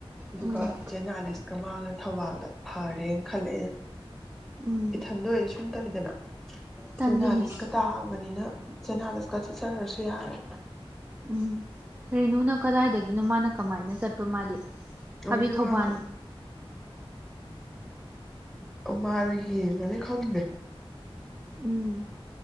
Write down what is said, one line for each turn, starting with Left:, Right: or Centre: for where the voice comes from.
Centre: ꯑꯗꯨꯒ
Right: ꯎꯝ
Centre: ꯆꯥꯏꯅꯥꯂꯤꯁꯀ ꯃꯥꯒꯅ ꯊꯧꯕꯥꯜ ꯐꯔꯦꯅ ꯈꯜꯂꯦ ꯑꯩꯅ
Right: ꯎꯝ
Centre: ꯏꯊꯟꯗ ꯑꯣꯏꯔꯗꯤ ꯁꯨꯝ ꯇꯜꯂꯤꯗꯅ
Right: ꯇꯟꯗꯤꯅꯦ
Centre: ꯆꯦꯅꯥꯂꯤꯁꯀ ꯇꯥꯕꯅꯤꯅ ꯆꯦꯅꯥꯂꯤꯁ ꯆꯠꯆꯔꯁꯨ ꯌꯥꯔꯦ
Right: ꯎꯝ ꯔꯦꯅꯨꯅ ꯀꯗꯥꯏꯗꯒꯤꯅꯣ ꯃꯥꯅ ꯀꯃꯥꯏꯅ ꯆꯠꯄ ꯃꯥꯗꯤ
Centre: ꯑꯣ
Right: ꯍꯥꯏꯕꯗꯤ
Centre: ꯏꯆꯦ
Right: ꯊꯧꯕꯥꯜ
Centre: ꯃꯥꯗꯣ ꯃꯥꯔ ꯌꯦꯡꯉꯅꯤ ꯈꯪꯗꯦ
Right: ꯎꯝ